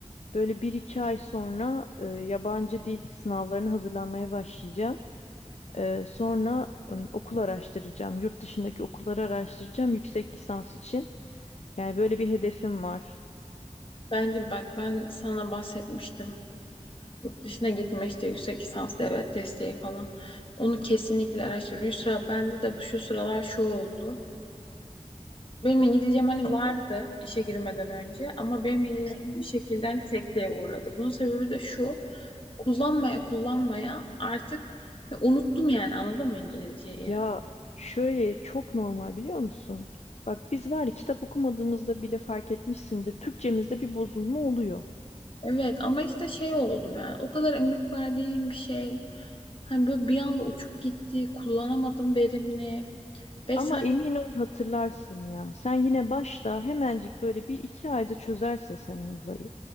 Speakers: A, on the left; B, on the left.
A: Böyle bir iki ay sonra e, yabancı dil sınavlarına hazırlanmaya başlayacağım. E, sonra ım, okul araştıracağım. Yurt dışındaki okulları araştıracağım yüksek lisans için. Yani böyle bir hedefim var.
B: Bence bak ben sana bahsetmiştim. Yurt dışına gitme işte yüksek lisans devlet desteği falan. Onu kesinlikle araştır. Yusra bende de bu şu sıralar şu oldu. Benim İngilizcem hani vardı işe girmeden önce ama benim İngilizcem bir şekilde hani sekteye uğradı. Bunun sebebi de şu. Kullanmaya kullanmaya artık e, unuttum yani anladın mı İngilizceyi?
A: Ya şöyle çok normal biliyor musun? Bak biz var ya kitap okumadığımızda bile fark etmişsindir. Türkçemizde bir bozulma oluyor.
B: Evet ama işte şey oldum yani o kadar emek verdiğim bir şey hani böyle bir anda uçup gitti kullanamadım verimli vesaire
A: Ama emin ol hatırlarsın ya. Sen yine başla hemencik böyle bir iki ayda çözersin sen o olayı.